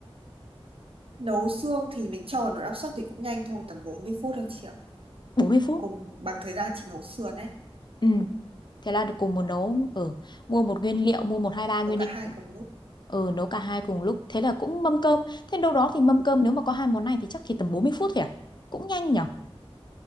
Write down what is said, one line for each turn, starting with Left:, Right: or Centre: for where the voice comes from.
Right: nấu xương thì mình cho vào nồi áp suất thì cũng nhanh thôi tầm 40 phút thôi chị ạ
Left: bốn mươi phút
Right: cùng bằng thời gian chị nấu sườn ấy
Left: ừ
Right: Ừm,
Left: thế là cùng một nấu ở mua một nguyên liệu mua một hai ba nguyên
Right: nấu cả
Left: liệu
Right: hai cùng lúc
Left: ừ nấu cả hai cùng lúc thế là cũng mâm cơm thế đâu đó thì mâm cơm nếu mà có hai món này thì chắc chỉ tầm 40 phút thôi à cũng nhanh nhở